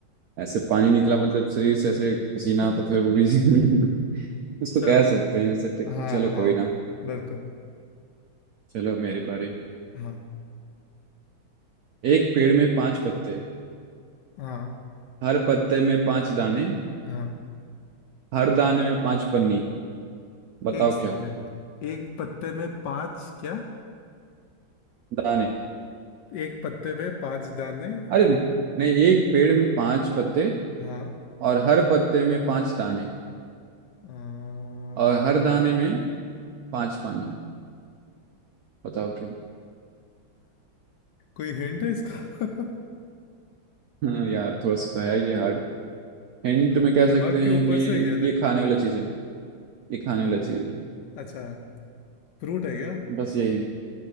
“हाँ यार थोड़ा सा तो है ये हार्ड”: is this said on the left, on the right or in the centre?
Right